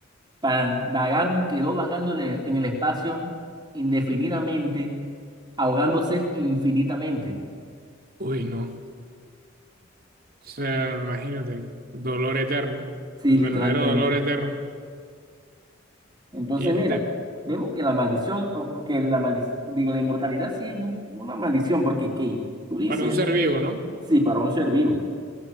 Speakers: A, on the right; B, on the right.
A: para, vagan- quedó vagando en el en el espacio indefinidamente, ahogándose infinitamente.
B: Uy, no. O sea, imagínate, dolor eterno,
A: Sí,
B: el
A: literalmente.
B: verdadero dolor eterno.
A: Entonces,
B: Y,
A: mira,
B: y te-
A: vemos que la maldición, o o que la maldición, digo, la inmortalidad sí es una maldición, porque ¿qué? Tú dices,
B: para un ser vivo, ¿no?
A: sí, para un ser vivo.